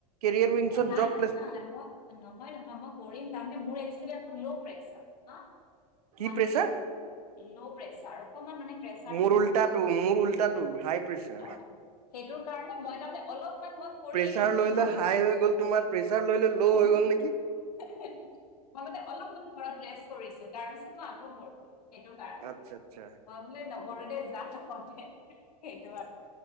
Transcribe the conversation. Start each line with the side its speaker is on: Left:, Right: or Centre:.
Right: কেৰিয়াৰবিনছত
Left: অ নাই
Right: জব।
Left: নাই নাই মই নহয় নহয় মই কৰিম, তাৰ মানে মোৰ একচুৱেলি ল' প্ৰেছাৰ হা।
Right: কি
Left: মানে
Right: প্ৰেছাৰ
Left: ল' প্ৰেচাৰ অকমান মানে প্ৰেচাৰটো
Right: মোৰ
Left: ল'।
Right: উল্টাটো মোৰ উল্টাটো হাই প্ৰেছাৰ
Left: অ', সেইটোৰ কাৰণে মই তাৰ মানে অলপমান মই কৰিম
Right: প্ৰেছাৰ
Left: দুই
Right: লৈ
Left: মাহ
Right: লৈ হাই হৈ গ'ল তোমাৰ প্ৰেছাৰ লৈ লৈ ল'
Left: মই
Right: হৈ গ'ল নেকি
Left: মানে অলপ ঘৰত ৰেচট্ কৰিছো। তাৰ পিছত মই আকৌ কৰিম। সেইটো কাৰণে।
Right: আচ্ছা আচ্ছা
Left: মই বোলো ন <unintelligible>